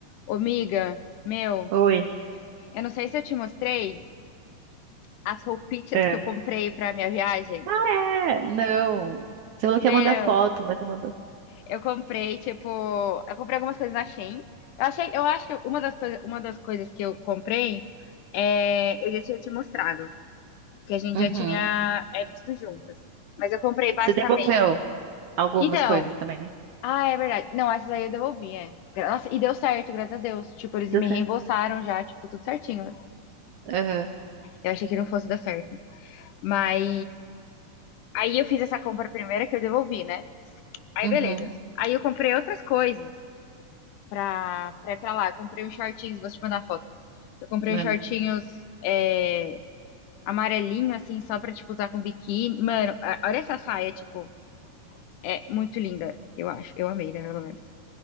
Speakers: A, on the left; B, on the right.
A: Ô, miga, meu,
B: Oi.
A: eu não sei se eu te mostrei as roupitas
B: É.
A: que eu comprei pra minha viagem.
B: Ah, é? Não. Você falou que ia
A: Meu,
B: mandar foto, mas não mandou.
A: eu comprei, tipo, eu comprei algumas coisas na Shein. Eu achei, eu acho que uma das coisas, uma das coisas que eu comprei, é, eu já tinha te mostrado, que a gente
B: Uhum.
A: já tinha, é, visto juntas. Mas eu comprei basicamente.
B: Você devolveu algumas
A: Então,
B: coisas também, né?
A: ah, é verdade. Não, essas aí eu devolvi, é. Gra- Nossa, e deu certo, graças a Deus. Tipo, eles
B: Deu
A: me
B: certo.
A: reembolsaram já, tipo, tudo certinho.
B: Aham.
A: Eu achei que não fosse dar certo. Mas aí eu fiz essa compra primeira que eu devolvi, né? Aí
B: Uhum.
A: beleza. Aí eu comprei outras coisas pra, pra ir pra lá. Eu comprei uns shortinhos, vou te mandar foto. Eu comprei
B: Mano,
A: uns shortinhos é, amarelinho, assim, só pra, tipo, usar com biquíni. Mano, a- olha essa saia, tipo, é muito linda, eu acho. Eu amei, né, pelo menos.